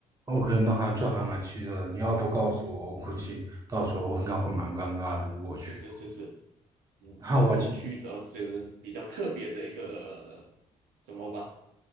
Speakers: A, on the right (about 20°); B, on the right (about 60°).
A: OK，那还这还蛮奇特的。你要不告诉我，我估计到时候我应该会蛮尴尬的，
B: 嗯，
A: 如果去。
B: 是是是是，嗯，
A: <laughs> 那我今
B: 这是我去的，是比较特别的一个，呃怎么吧？